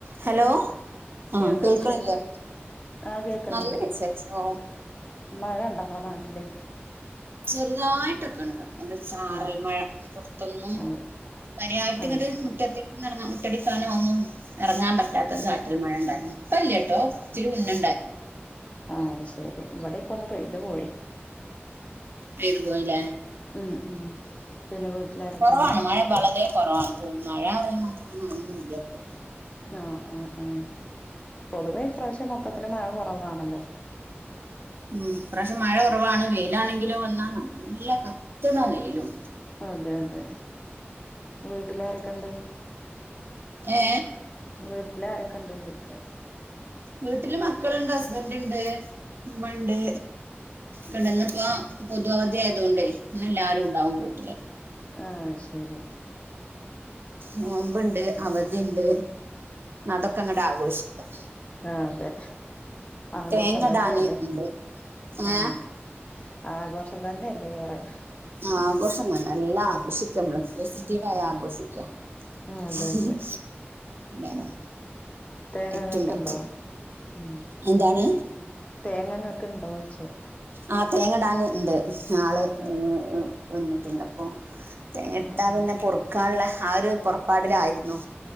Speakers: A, on the right; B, on the left.
A: Hello ആഹ്
B: എന്താ
A: കേൾക്കണില്ലേ
B: വിശേഷം ആ കേക്കണ്ട്
A: നല്ല വിശേഷോ
B: മഴ ഇണ്ടാങ്ങളെ നാട്ടില്
A: ചെറുതായിട്ടൊക്കെ ഉണ്ട് ഒരു ചാറൽ
B: ആ
A: മഴ പുറത്തൊന്നും
B: ആ
A: പനിയായിട്ട്
B: ആ
A: ഇങ്ങട് മുറ്റത്തേക്ക് ഇറങ്ങ മുറ്റടിക്കാനോ ഒന്നും ഇറങ്ങാൻ പറ്റാത്തെരു ചാറ്റൽ മഴ ഉണ്ടായിരുന്നു ഇപ്പയില്ലാട്ടോ ഇച്ചിരി മുന്നെണ്ടായി
B: ആഹ് അതുശെരി ഇവിടെപ്പെന്ന് പെട്ട് പോയി
A: പേര് പോയില്ലേ
B: ഉം ഉം പിന്നെ വീട്ടിലാരൊക്കെണ്ട്
A: കൊറവാണ് മഴ വളരെ കുറവാണ് മഴ പറയൻ മാത്രമ മനൊന്നുംല്ല ഇപ്പൊ
B: ആഹ് ആ ആ പൊതുവേ ഇ പ്രാവശ്യം മൊത്തത്തില മഴ കുറവാണല്ലോ
A: ഉം പ്രാവശം മഴ കുറവാണ് വെയിലാണെങ്കിലോ വന്നാ നല്ല കത്തുന്ന വെയിലും
B: അതെ അതെ വീട്ടിലാരൊക്കെണ്ട്?
A: ഏ
B: വീട്ടിലാരൊക്കെണ്ട് ചോദിക്ക?
A: വീട്ടില് മക്കളുണ്ട് ഹസ്ബൻറ്ണ്ട് ഉമ്മണ്ട്. കണ്ട് ന്നപ്പൊ പൊതു അവധി ആയതുകൊണ്ടെയ് ഇന്നെല്ലാരും ണ്ടാവും വീട്ടില്.
B: ആഹ് അത് ശരി
A: നോമ്പ്ണ്ട് അവധിണ്ട് അതൊക്കെ ങ്ങട്ട് ആഘോഷിക്കാം
B: ആഹ് അതെ ആഘോഷം
A: തേങ്ങ
B: തന്നെയല്ലേ
A: ഇടാന് ഉണ്ട്
B: ആഹ്
A: ഏഹ്
B: ആഘോഷം തന്നെല്ലേ ഏറെ-
A: ആ ആഘോഷം തന്നെ എല്ലാം ആഘോഷിക്ക മ്മള് പോസിറ്റീവ
B: ഉം
A: ആയി
B: ഉം
A: ആഘോഷിക്കാം
B: ആഹ് അതെ
A: ഉം
B: അതെ
A: എന്താണ്
B: തേങ്ങങ്ങക്ക്ണ്ടോ
A: ഏറ്റവും ബെറ്റർ
B: ഉം
A: എന്താണ്
B: തേങ്ങ ങ്ങക്ക്ണ്ടോയിച്ച?
A: ആഹ് തേങ്ങടാന് ണ്ട് ആള്
B: ആഹ്
A: ഏ വന്നിട്ടുണ്ട് അപ്പൊ തെങ്ങട്ടാ
B: ആഹ് ആഹ്
A: പിന്നെ പൊറുക്കാൻള്ള ആ ഒരു പൊറപ്പാടിലായിരുന്നു.